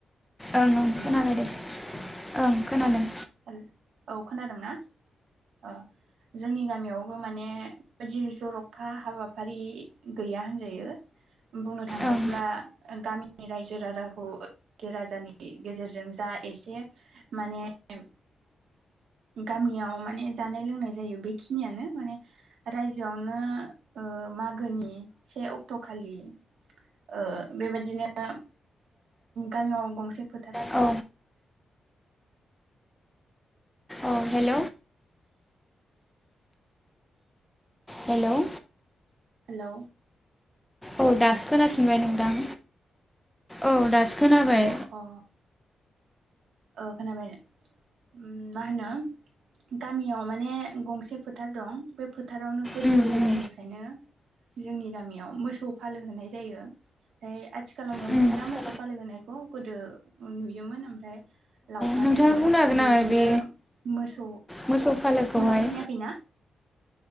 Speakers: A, in the centre; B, on the right.
A: ओं ओं
B: हेलौ
A: खोनाबाय दे। ओं खोनादों।
B: हेल औ खोनादोंना ओ जोंनि गामियावबो माने <unintelligible> जर'खा हाबाफारि गैया होनजायो। बुंनो थाङोब्ला
A: ओं
B: गामि नि रायजो राजाखौ <unintelligible> राजानि गेजेरजों जा एसे माने <unintelligible> गामियाव माने जानाय लोंनाय जायो बेखिनियानो माने रायजोआवनो ओ मागोनि से अक्ट' खालि ओ बेबादिनो गामियाव गंसे फोथार
A: औ अ हेल' हेल'
B: हेल'
A: औ दासो खोनाफिनबाय नोंथां। औ दासो खोनाबाय
B: अ अ औ खोनाबाय <unintelligible> उम मा होनो गामियाव मा ने गंसे फोथार दं बे फोथ थारावनो गोदो
A: उम
B: गोदायनिफ्रायनो
A: उम
B: जोंनि गामियाव मोसौ फालो होनाय जायो फाय आथिखालाव नुनो
A: उम
B: मोनला
A: अ
B: मोसौ फालो होनायखौ गोदो नुयोमोन ओमफ्राय लावखार
A: नोंथाङा
B: थायो
A: बुंनो हागोन नामा
B: बेनिनो
A: बे
B: मोसौ
A: मोसौ फालोखौहाय
B: मोजां खोनायाखैनाा